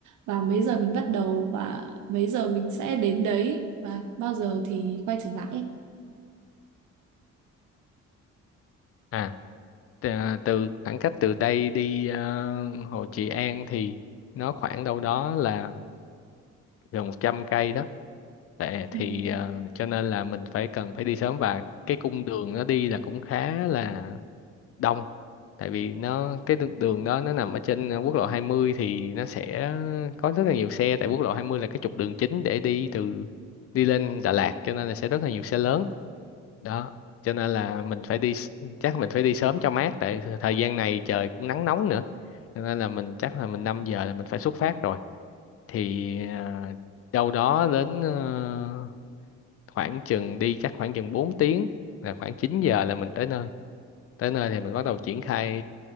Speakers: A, on the right; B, on the left.
A: và mấy giờ mình bắt đầu và mấy giờ mình sẽ đến đấy và bao giờ thì quay trở lại ấy.
B: à tà- từ khoảng cách từ đây đi ờ, Hồ Trị An thì nó khoảng đâu đó là gần 100 cây đó Tệ thì
A: Ừ.
B: ờ, cho nên là mình phải cần phải đi sớm và cái cung đường nó đi là cũng khá là đông tại vì nó cái đường đường đó nó nằm ở trên ờ, quốc lộ 20 thì nó sẽ có rất là nhiều xe tại quốc lộ 20 là cái trục đường chính để đi từ đi lên Đà Lạt cho nên là sẽ rất là nhiều xe lớn đó cho nên là mình phải đi s- chắc mình phải đi sớm cho mát tại th- thời gian này trời cũng nắng nóng nữa cho nên là mình chắc là mình 5 giờ là mình phải xuất phát rồi thì à, đâu đó đến ờ, khoảng chừng đi chắc khoảng chừng 4 tiếng là khoảng 9 giờ là mình tới nơi tới nơi thì mình bắt đầu triển khai